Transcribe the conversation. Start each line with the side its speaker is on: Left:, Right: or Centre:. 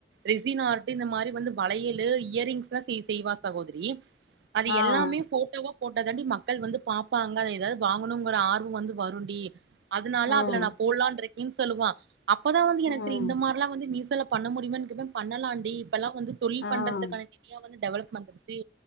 Right: ரிசின் ஆர்ட் இந்த மாரி வந்து வளையல் இயரிங்ஸ்லா செய் செய்வா சகோதரி அது
Left: ஆஹ் ஆஹ்
Right: எல்லாமே போட்டோவா போட்டா தாண்டி மக்கள் வந்து பாப்ப்பாங்க எதாவ்து வாங்கணுங்கிற ஆர்வோ வந்து வரூண்டி அதனால
Left: உம்
Right: அதுல நா போடலான் இருக்கேன்னு சொல்லுவா அப்பதா வந்து எனக்கு தெரியு
Left: உம்
Right: இந்த மார்ல்லா வந்து மீஷோல பண்ண முடியுமான் கேட்டுத பண்ணலாண்டி இப்பெல்லா வந்து தொழில் பண்றதுக்கான
Left: ஆஹ்
Right: <inaudible> வந்து டெவலப் மந்துட்டு